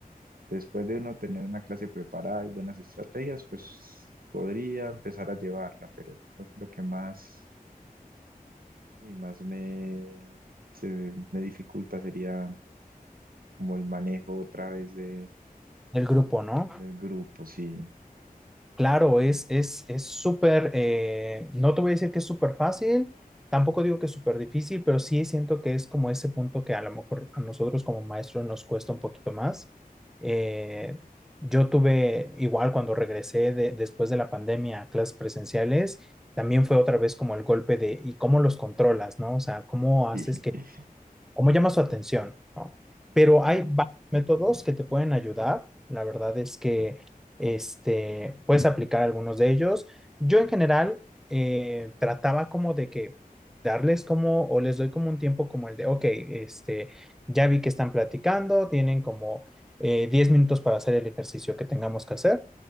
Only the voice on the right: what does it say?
Después de uno tener una clase preparada y buenas estrategias, pues podría empezar a llevarla, pero creo que lo que más y más me, se- me dificulta sería como el manejo otra vez de,
del grupo, sí,
sí, <laughs>
total,